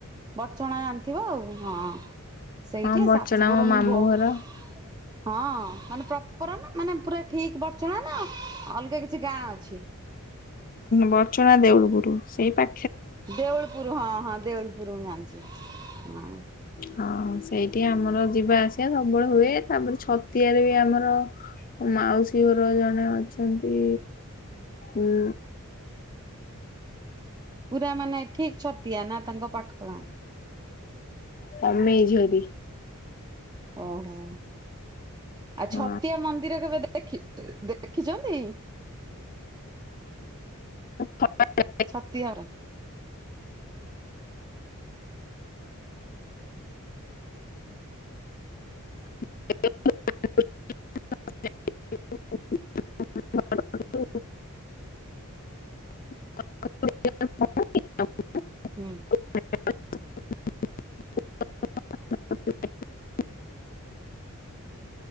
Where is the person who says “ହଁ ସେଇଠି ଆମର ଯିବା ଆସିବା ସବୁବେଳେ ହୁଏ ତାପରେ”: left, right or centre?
Left